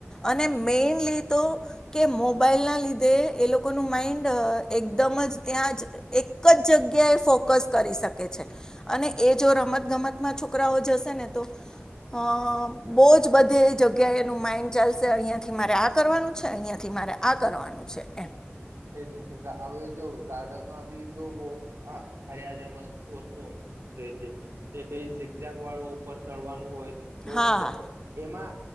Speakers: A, on the left; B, on the right.
A: અને મેઈનલી તો કે મોબાઈલ ના લીધે એ લોકોનું માઈન્ડ એકદમ જ ત્યાં જ એક જ જગ કે એ ફોકસ કરી શકે છે અને એ જો રમત ગમતમાં છોકરાઓ જશે ને હ બો બધી જગ્યાએ એનું માઇન્ડ ચાલશે અહિયાં થી મારે આ કરવાનું છે અહિયાં થી મારે આ કરવાનું છે એમ.
B: એજ નહી હવે જો ગાર્ડનમાં બી બો હા હારી હારી વસ્તુ વસ્તુઓ દઇદે એ કઈ ઝીકઝેક વાળું ઉપર ચડવાનું હોય. તો
A: હા
B: એમાં